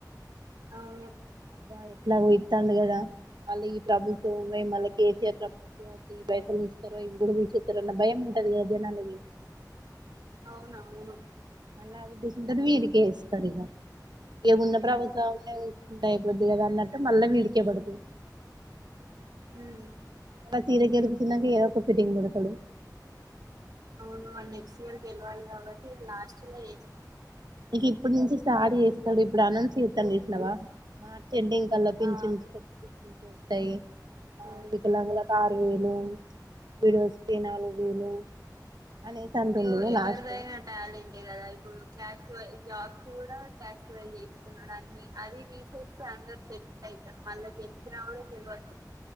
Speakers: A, on the right; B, on the right.
A: అవును
B: అబ్బా ఎట్లాగో ఇత్తండు కదా వాళ్ళ ఈ ప్రభుత్వం ఉన్నాయి కేసీఆర్ ప్రభుత్వం ఈ పైసలు ఇస్తారో ఇవి కూడా తీసేస్తారున్న భయం ఉంటది కదా జనాలకి
A: అవునవును
B: మాళ్లా ఉద్దేశంతో వీడికే ఏస్తారు ఇగా వున్న
A: ఉమ్
B: ప్రభుత్వా ఉంటాయి కొద్దిగా కదా అన్నట్టు మళ్ళా విడికేబడతాయి
A: ఉమ్
B: అలా తీర గెలిపించినంక ఏదఒక ఫిటింగ్ బెడతాడు
A: అవును నెక్స్ట్ ఇయర్ గెలవాలి కాబట్టి ఇ లాస్ట్ లో చేస్తాడు
B: ఇక ఇప్పుడు నుంచి స్టాట్ చేస్తాడు ఇప్పుడు అనౌన్స్ చేస్తాండు చుసినవా ఎండింగ్ కల్లా పించిన్
A: ఆ
B: వస్తాయి ఆ
A: అవును
B: వికలంగులకు ఆరు వేలు విడో స్ కి నాలుగు వేలు అనేసి అంటుండు
A: యో ఎవరువైన
B: లాస్ట్
A: టాలెంట్ కదా ఇప్పుడు క్యాస్ట్ వైజ్ జాబ్స్ కూడా క్యాస్ట్ వైజ్ చేస్తున్నాడు అన్ని అది తీసేస్త అందరు సెట్ అయితారు మళ్ళీ గెలిచిన గెలవచ్చు